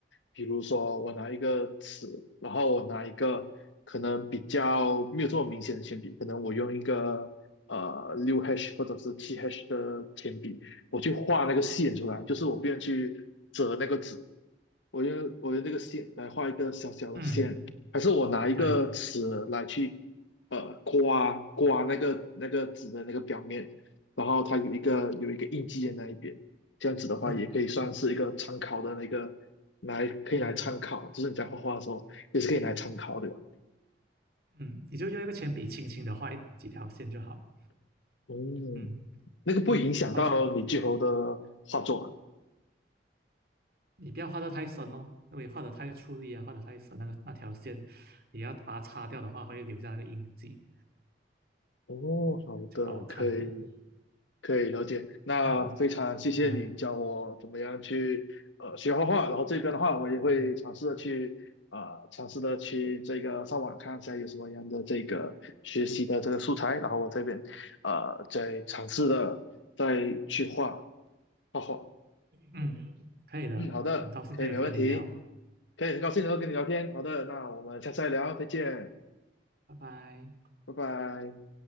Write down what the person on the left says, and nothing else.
比如说我拿一个尺，然后我拿一个可能比较没有这么明显的铅笔，可能我用一个呃六 hash 或者是七 h 的铅笔，我去画那个线出来，就是我不用去折那个纸，我用我用这个线来画一个小小的线，
还是我拿一个尺来去
呃刮刮那个那个纸的那个表面，然后它有一个有一个印记在那一边。这样子的话，
也可以算是一个参考的那个，
来可以来参考，
就是你在画画的时候也是可以来参考，对吧？
嗯，
那个不会影响到你最后的画作啊。
哦，好的，
可以可以了解。那非常谢谢你教我怎么样去呃学画画，
然后这边的话我也会尝试的去呃尝试的去这个上网看一下有什么样的这个学习的这个素材，
然后我这边呃再尝试的再去画。好
嗯，好的，
可以，没问题，可以，很高兴能够跟你聊天。好的，那我们下次再聊，再见，
拜拜。